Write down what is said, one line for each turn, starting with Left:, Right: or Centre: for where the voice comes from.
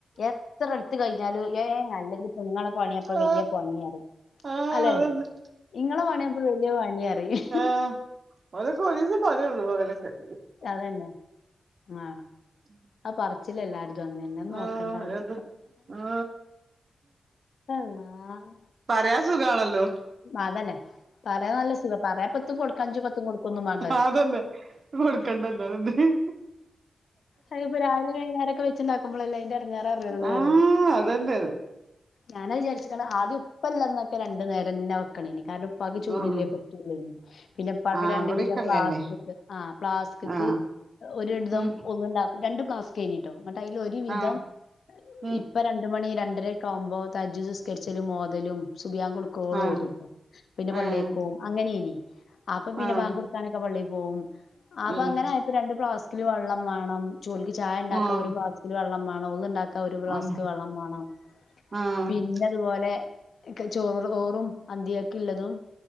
Left: എത്രാ ഇട്ത്ത് കഴിഞ്ഞാലും ഏഹ് അല്ലെങ്കിപ്പ ഇങ്ങളെ പണ്യാപ്പൊ
Right: ആ
Left: വെല്ല്യേ പണ്യാറീം
Right: ആ
Left: അല്ലേ
Right: അതന്നെ
Left: ഇങ്ങളെ പണ്യാപ്പൊ വെല്ല്യേ പണ്യാറീം
Right: ആഹ് ഓലൊക്കെ ഒരീസം പറ്യൊള്ളൂ ഓലൊക്കെ-
Left: അതെന്നെ ആഹ്.
Right: <inaudible>
Left: ആ പറ്ച്ചിലെല്ലാര്തൊങ്ങന്നെ നോക്കണ്ടാന്ന്
Right: ആ ഏത് ആ
Left: അള്ളാഹ്.
Right: പറ്യാൻ സുഖാണല്ലോ-
Left: അതെന്നെ പറ്യാൻ നല്ല സുഖാ പറ്യാൻപ്പെത്തും കൊട്ക്ക അഞ്ചും പത്തും കൊട്ക്കൊന്നുംമാ
Right: ആതന്നെ. കൊട്ക്കണ്ടല്ലോ അതെന്നേ-
Left: അയിപ്പോ രാവിലിം വൈന്നാരൊക്കെ വെച്ച്ണ്ടാക്കുമ്പളല്ലേ അയ്ന്റെട്ങ്ങേററ്യൊള്ളൂറിം.
Right: ആ അതന്നെ
Left: ഞാനാത് വിചാര്ക്ക്ണ ആദ്യം ഉപ്പല്ലന്നൊക്കെ രണ്ട് നേരെന്നെ വെക്കണേനി- കാര്ണം ഉപ്പാക്ക് ചൂട്ല്ലേ
Right: ഉം
Left: പറ്റൊള്ളേനി. പിന്നെപ്പാക്ക്
Right: ആ
Left: രണ്ട്
Right: ഇവിടെക്കെ
Left: വിധം
Right: അങ്ങന്നെ
Left: പ്ലാസ്ക്ക്ക് ആഹ് പ്ലാസ്ക്ക്ക്
Right: ആ
Left: ഒര് രണ്ട്ധം
Right: ഉം
Left: ഒന്ന്ണ്ടാ രണ്ട് പ്ലാസ്ക്കേനിട്ടോ ഇങ്ങട്ട് അയ്ലൊര് വിധം
Right: ആ ഉം
Left: ഇ ഇപ്പ രണ്ട് മണി രണ്ടെരെക്കാവുമ്പോ തഹജ്ജുദ് നിസ്ക്കര്ച്ചലും ഓതലും സുബ് യാങ്കൊട് ക്കോളോതും
Right: ആ
Left: പിന്നെ പള്ളീക്കക്കോവും
Right: ആഹ്
Left: അങ്ങനേനി അപ്പൊ പിന്നെ
Right: ആഹ്
Left: ബാങ്കൊട് നിസ്കരിക്കാനെക്കെ പള്ളീ പോവും ആഹ് അപ്പങ്ങനായപ്പോ
Right: ഉം
Left: രണ്ട് പ്ലാസ്ക്കിൽ വെള്ളം മാണം ചോൽക്ക് ചായണ്ടാക്കാൻ
Right: ആഹ്
Left: ഒര് പ്ലാസ്ക് വെള്ളം മാണം ഒള് ഇണ്ടാക്കാ ഒരു ഫ്ലാസ്ക്
Right: ആഹ്
Left: വെള്ളം മാണം
Right: ആഹ്
Left: പിന്നെ പിന്നെ അതുപോലെ ചോറോറും അന്തികക്ക് ഇല്ലെതും